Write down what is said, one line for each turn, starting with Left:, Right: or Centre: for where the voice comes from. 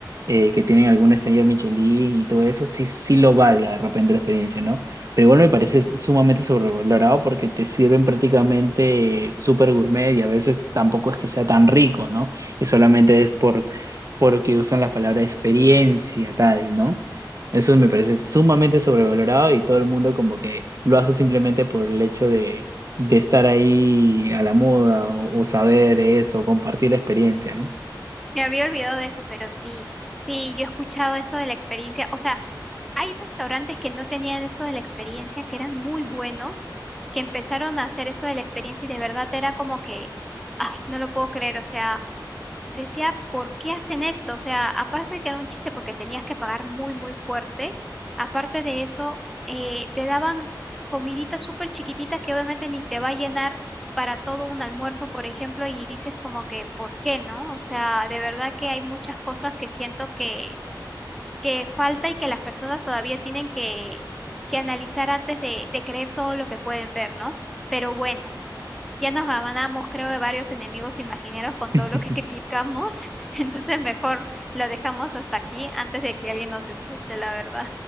Right: eh, que tienen alguna estrella Michelin y todo eso, sí, sí lo valga de repente la experiencia, ¿no? Pero igual me parece sumamente sobrevalorado porque te sirven prácticamente súper gourmet y a veces tampoco es que sea tan rico, ¿no? Y solamente es por porque usan la palabra experiencia, tal, ¿no? Eso me parece sumamente sobrevalorado y todo el mundo como que lo hace simplemente por el hecho de estar ahí a la moda o, o saber eso, compartir la experiencia, ¿no?
Centre: Me había olvidado de eso, pero sí, sí, yo he escuchado eso de la experiencia. O sea, Hay restaurantes que no tenían esto de la experiencia, que eran muy buenos, que empezaron a hacer esto de la experiencia y de verdad era como que, ay, no lo puedo creer, o sea, decía, ¿por qué hacen esto? O sea, aparte de que era un chiste porque tenías que pagar muy, muy fuerte, aparte de eso, eh, te daban comidita súper chiquitita que obviamente ni te va a llenar para todo un almuerzo, por ejemplo, y dices como que, ¿por qué no? O sea, de verdad que hay muchas cosas que siento que que falta y que las personas todavía tienen que, que analizar antes de, de creer todo lo que pueden ver, ¿no? Pero bueno, ya nos ganamos, creo, de varios enemigos imaginarios con todo
Right: <laughs>
Centre: lo que criticamos, <laughs> entonces mejor lo dejamos hasta aquí antes de que alguien nos escuche, la verdad.